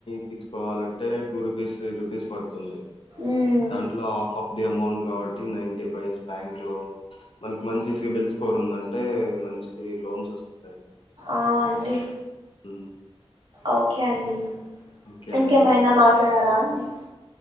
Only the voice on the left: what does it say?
తీసుకోవాలంటే టూ రూపీస్ త్రీ రూపీస్ పడుతుంది
దాంట్లో హాఫ్ ఆఫ్ డే అమౌంట్ కాబట్టి నైన్టీ పైస్ బ్యాంక్ లో మనకి మంచి సిబిల్స్ కోర్ ఉందంటే మంచి లోన్స్ వస్తయ్
హ
ఓకే
అండి.